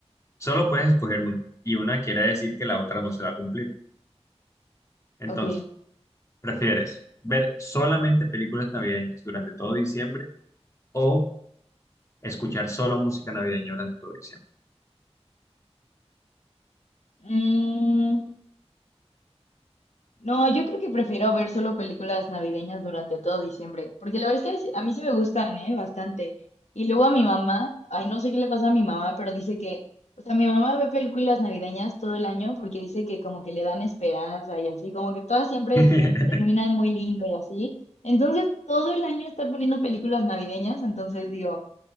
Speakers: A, on the left; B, on the left.
A: Solo puedes escoger una, y una quiere decir que la otra no se va a cumplir. Entonces,
B: Ok.
A: ¿prefieres ver solamente películas navideñas durante todo diciembre? o escuchar solo música navideña durante todo diciembre.
B: Mm, No, yo creo que prefiero ver solo películas navideñas durante todo diciembre, porque la verdad es que a mí sí me gustan, ¿eh? Bastante. Y luego a mi mamá, ay, no sé qué le pasa a mi mamá, pero dice que, o sea, mi mamá ve películas navideñas todo el año porque dice que como que le dan esperanza y así, como que todas siempre
A: <laughs>
B: terminan muy lindo y así. Entonces, todo el año está poniendo películas navideñas, entonces digo,